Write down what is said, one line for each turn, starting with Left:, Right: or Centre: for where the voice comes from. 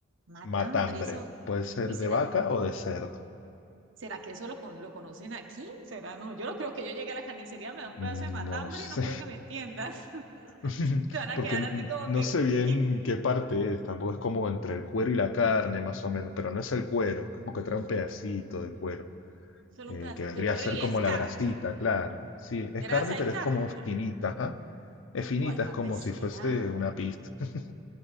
Right: Matambre,
Left: Matambre.
Right: eso.
Left: Puede ser
Right: ¿Y
Left: de
Right: será,
Left: vaca o de cerdo.
Right: será que eso lo, con- lo conocen aquí? ¿Será no? Yo no creo que yo llegue a la carnicería, me da un pedazo
Left: Mm,
Right: de matambre
Left: No sé,
Right: y no creo que me entiendas. <laughs>
Left: <laughs>
Right: Se van a
Left: porque
Right: quedar así como
Left: no
Right: que,
Left: sé bien
Right: que, que
Left: qué parte es, tampoco es como entre el cuero y la carne, más o menos, pero no es el cuero, como que trae un pedacito de cuero,
Right: solo
Left: eh,
Right: un pedacito
Left: que vendría
Right: de cuero
Left: a ser
Right: y
Left: como
Right: es carne.
Left: la grasita, claro. Sí, es
Right: Grasa
Left: carne, pero
Right: y carne.
Left: es como finita, ajá. Es finita,
Right: ¿Cuál parte
Left: es como
Right: será?
Left: si fuese una pizza. <laughs>